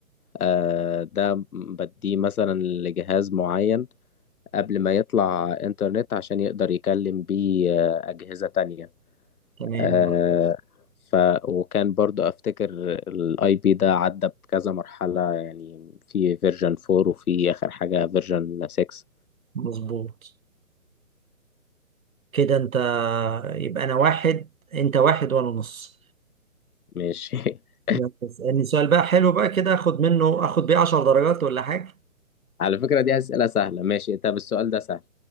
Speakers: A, on the left (about 85°); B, on the right (about 70°).
A: آه، ده بديه مثلا لجهاز معين قبل ما يطلع انترنت عشان يقدر يكلم بيه آه، أجهزة تانية
B: تمام
A: آه، ف وكان برضو افتكر الاي بي ده عدى بكذا مرحلة يعني في فيرجن 4 وفي اخر حاجة فيرجن 6
B: مظبوط كده انت يبقى انا واحد انت واحد وانا نص
A: ماشي <laughs>
B: يلا، اسالني سؤال بقى حلو بقى كده اخد منه اخد بيه 10 درجات ولا حاجه
A: على فكرة دي أسئلة سهلة ماشي طب السؤال ده سهل